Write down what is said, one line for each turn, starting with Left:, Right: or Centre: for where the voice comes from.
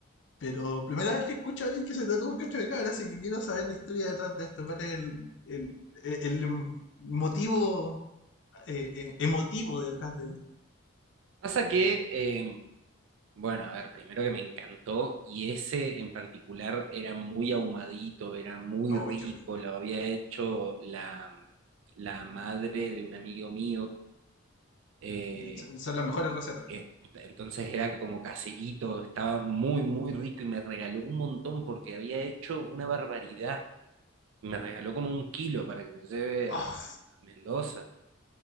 Left: Pero primera vez que escucho a alguien que se trató un cacho de cabra, así que quiero saber la historia detrás de esto. ¿Cuál es el, el- el- el, mm, motivo eh, eh, emotivo detrás de ello?
Right: Pasa que eh, Bueno, a ver, primero que me encantó y ese en particular era muy ahumadito, era muy
Left: ¡Ay,
Right: rico,
Left: qué rico!
Right: lo había hecho la, la madre de un amigo mío, eh,
Left: Son son las mejores recetas.
Right: eh, entonces era como caserito, estaba muy, muy rico y me regaló un montón porque había hecho una barbaridad, me regaló como un kilo para que me lleve
Left: Oh,
Right: a, a Mendoza.